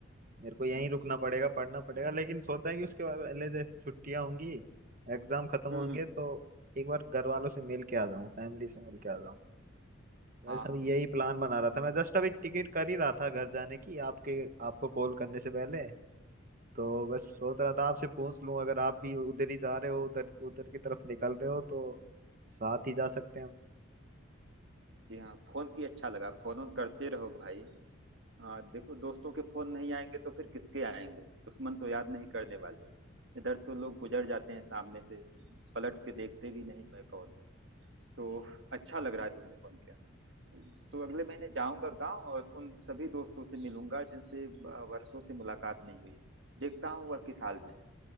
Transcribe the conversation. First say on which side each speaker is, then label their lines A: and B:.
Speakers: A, on the right; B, on the right.
A: मेरे को
B: हम्म
A: यहीं रुकना पड़ेगा पढ़ना पड़ेगा लेकिन सोचा है कि उसके बाद पहले जैसे छुट्टियां होंगी एग्जाम खत्म होंगे
B: हम्म हम्म।
A: तो एक बार घर वालों से मिल के आ जाऊँ फैमिली से मिल के आ जाऊँ बस
B: हाँ
A: अभी
B: हाँ
A: यही प्लान बना रहा था मैं जस्ट अभी टिकट कर ही रहा था घर जाने की आपके आपको कॉल करने से पहले तो बस सोच रहा था आपसे पूछ लूं अगर आप भी उधर ही जा रहे हो उधर उधर की तरफ निकल रहे हो तो साथ ही जा सकते हैं
B: जी हाँ फोन की अच्छा लगा फोन ऑन करते रहो भाई हाँ देखो दोस्तों के फोन नहीं आएंगे तो फिर किसके आएंगे दुश्मन तो याद नहीं करने वाले इधर तो लोग गुजर जाते हैं सामने से पलट के देखते भी नहीं मैं कौन हूँ। तो अच्छा लग रहा है तुमने फोन किया तो अगले महीने जाऊंगा गांव और उन सभी दोस्तों से मिलूंगा जिनसे अ, वर्षों से मुलाकात नहीं हुई देखता हूँ वह किस हाल में है